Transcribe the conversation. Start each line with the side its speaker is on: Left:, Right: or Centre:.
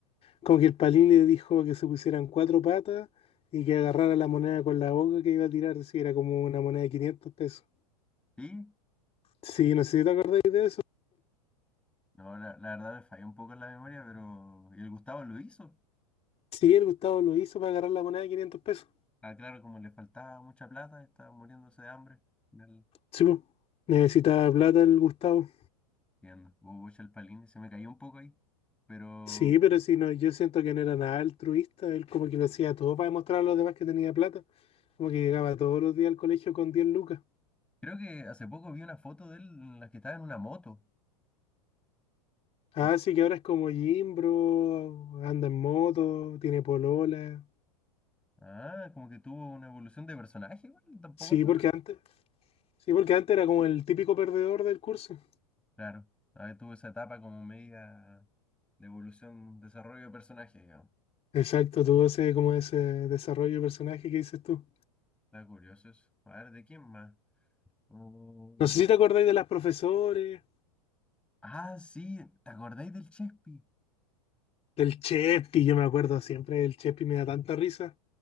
Left: como que el Palín le dijo que se pusieran cuatro patas y que agarrara la moneda con la boca que iba a tirar, si era como una moneda de 500 pesos.
Centre: Sí,
Left: Sí, no sé si te acordáis de eso.
Centre: no, la, la verdad le falló un poco en la memoria, pero y el Gustavo lo hizo.
Left: Sí, el Gustavo lo hizo para agarrar la moneda de 500 pesos.
Centre: Ah, claro, como le faltaba mucha plata, estaba muriéndose de hambre. al final,
Left: Sí, po. necesitaba plata el Gustavo.
Centre: Entiendo, hubo el palín, se me cayó un poco ahí, pero
Left: Sí, pero si no, yo siento que no era nada altruista, él como que lo hacía todo para demostrar a los demás que tenía plata, como que llegaba todos los días al colegio con 10 lucas.
Centre: creo que hace poco vi una foto de él en la que estaba en una moto.
Left: Ah,
Centre: no sé.
Left: sí, que ahora es como Jimbro, anda en moto, tiene polola.
Centre: Ah, como que tuvo una evolución de personaje, güey, tampoco
Left: Sí,
Centre: está
Left: porque antes, sí, porque antes era como el típico perdedor del curso.
Centre: Claro, ahí tuvo esa etapa como media de evolución, desarrollo de personaje, digamos.
Left: Exacto, tuvo ese, como ese desarrollo de personaje que dices tú.
Centre: Está curioso eso. A ver, ¿de quién más? Mm,
Left: No sé si te acordáis de las profesores,
Centre: ah, sí, ¿te acordáis del Chespi?
Left: del Chespi, yo me acuerdo siempre, el Chespi me da tanta risa.